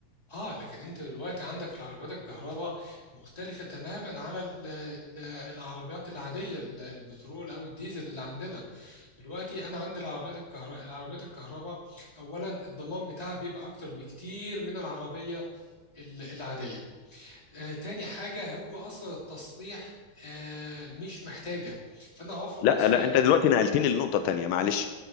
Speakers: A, on the left (about 20°); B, on the left (about 85°).
A: اه لكن انت دلوقتي عندك العربيات الكهرباء مختلفه تماما على ال- ال- العربيات العاديه ال- البترول او الديزل اللي عندنا دلوقتي انا عندي العربيات الكهرباء العربيات الكهرباء اولا الضمان بتاعها بيبقى اكتر بكتير من العربيه ال- العاديه آه تاني حاجه هو اصلا التصليح آه مش محتاجه فانا هوفر تصليح
B: لا لا انت دلوقتي نقلتني لنقطة تانية معلش